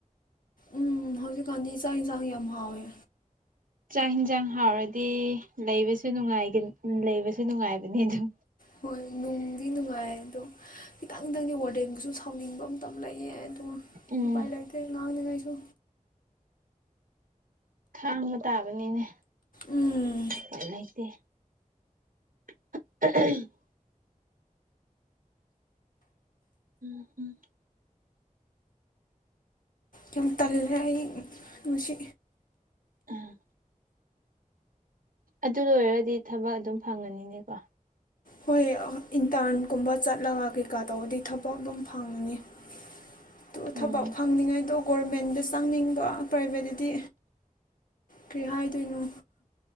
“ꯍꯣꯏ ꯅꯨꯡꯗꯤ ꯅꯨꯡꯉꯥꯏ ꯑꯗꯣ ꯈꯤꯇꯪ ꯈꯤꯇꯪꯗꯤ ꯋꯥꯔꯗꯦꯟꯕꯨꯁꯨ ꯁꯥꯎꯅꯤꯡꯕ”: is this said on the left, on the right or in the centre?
Left